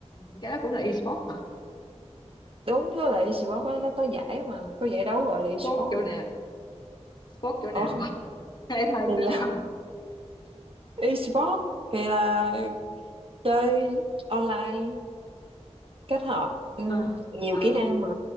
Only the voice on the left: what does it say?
cái đó cũng là e-sport hả
sport chỗ
nào sport chỗ nào
<laughs> thể thao
chỗ
nào
ờ
ờ